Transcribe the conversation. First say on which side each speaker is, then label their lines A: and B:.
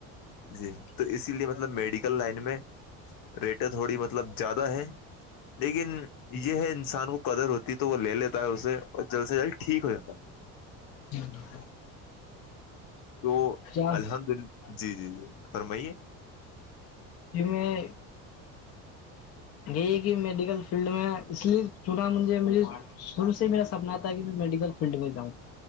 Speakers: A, on the left; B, on the left.
A: جی تو اسی لیے مطلب میڈیکل لائن میں ریٹیں تھوڑی مطلب زیادہ ہے لیکن یہ ہے انسان کو قدر ہوتی ہے تو وہ لے لیتا ہے اسے اور جلد سے جلد ٹھیک ہو جاتا ہے
B: جی جاں
A: تو
B: کیا
A: الحمد ال جی جی جی فرمائیے
B: جی میں یہی کہ میڈیکل فیلڈ میں اس لیے چنا مجھے مجے شروع سے ہی میرا سپنا تھا کہ میں میڈیکل پنڈ میں جاں